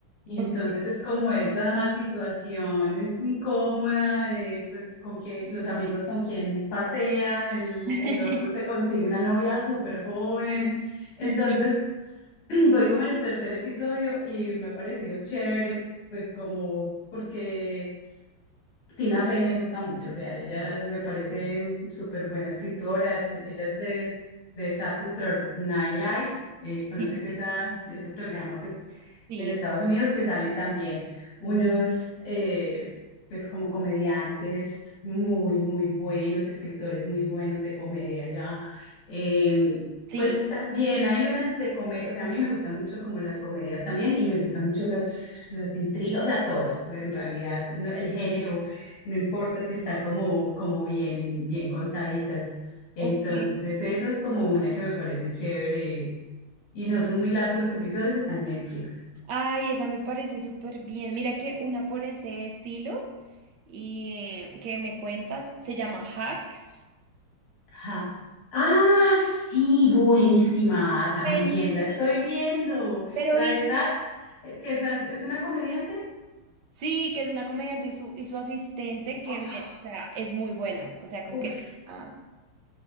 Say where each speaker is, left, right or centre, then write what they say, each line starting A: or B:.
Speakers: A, on the left; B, on the right.
A: y
B: ok.
A: entonces es como esa situación incómoda de pues con que los amigos con quien pasean, el,
B: <laughs>
A: el otro se consigue una novia súper joven. Entonces,
B: Mm,
A: <clears throat> voy como en el tercer episodio y me ha parecido chévere, pues como porque Tina Fey me gusta mucho, o sea, ella me parece súper buena escritora, t- ella es de, de Saturday Night Live, eh, ¿conoces
B: Sí, sí,
A: esa,
B: sí.
A: ese programa? Pues
B: Sí,
A: en Estados Unidos que salen también unos, eh, pues como comediantes muy, muy buenos y escritores muy buenos de comedia ya. Eh,
B: sí,
A: pues también hay unas de comedia, o sea, a mí me gustan mucho como las comedias también y me gustan mucho las, las de intriga, o sea, todas, en realidad, no- el género no importa si están como, como bien, bien contaditas. Entonces,
B: ok.
A: esa es como una que me parece chévere. Y no son muy largos los episodios, están en Netflix.
B: Ay, esa me parece súper bien. Mira que una por ese estilo y que me cuentas se llama Hacks.
A: Ajá. Ah, sí, buenísima.
B: Bueno,
A: También la estoy viendo.
B: pero
A: La de esta, eh, que esa es, es una comediante.
B: Sí, que es una comediante y su, y su asistente que
A: Ah,
B: me- o sea, es muy buena. O sea, como
A: Uf,
B: que ah,